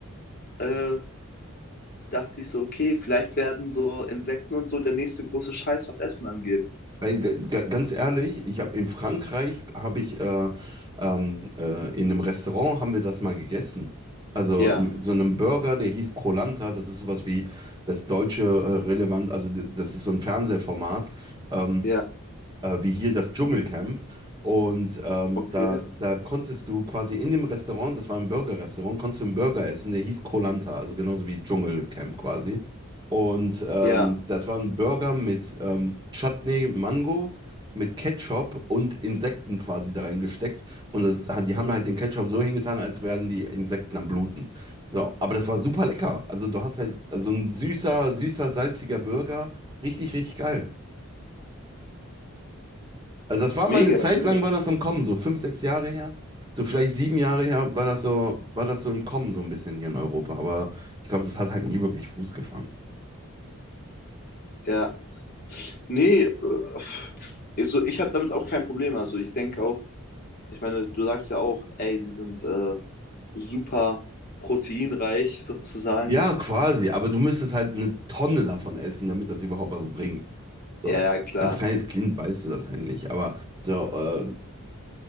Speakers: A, on the left; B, on the right.
A: äh, dachte ich so, okay, vielleicht werden so Insekten und so der nächste große Scheiß, was Essen angeht.
B: Ey, d- ga- Ganz ehrlich, ich habe in Frankreich habe ich äh, ähm, äh, in einem Restaurant haben wir das mal gegessen. Also
A: Ja,
B: m- so einem Burger, der hieß Koh-Lanta, das ist sowas wie das deutsche äh, relevant, also d- das ist so ein Fernsehformat. Ähm,
A: ja,
B: äh, wie hier das Dschungelcamp. Und ähm,
A: okay.
B: da, da konntest du quasi in dem Restaurant, das war ein Burger-Restaurant, konntest du einen Burger essen, der hieß koh also genauso wie Dschungelcamp quasi. Und ähm,
A: Ja,
B: das war ein Burger mit ähm, Chutney, Mango, mit Ketchup und Insekten quasi da reingesteckt. Und das, hat- die haben halt den Ketchup so hingetan, als wären die Insekten am Bluten. So, aber das war super lecker. Also du hast halt, also ein süßer, süßer, salziger Burger. Richtig, richtig geil. Also das war
A: mega,
B: mal eine Zeit
A: mega.
B: lang, war das am Kommen, so fünf, sechs Jahre her. So vielleicht sieben Jahre her war das so, war das so im Kommen, so ein bisschen hier in Europa. Aber ich glaube, das hat halt nie wirklich Fuß gefangen.
A: Ja, nee, äh, pff, also ich habe damit auch kein Problem. Also ich denke auch, ich meine, du sagst ja auch, ey, die sind äh, super proteinreich sozusagen.
B: Ja, quasi, aber du müsstest halt eine Tonne davon essen, damit das überhaupt was bringt.
A: Ja,
B: So.
A: ja, klar.
B: Als kleines Kind weißt du das halt nicht. Aber so, äh,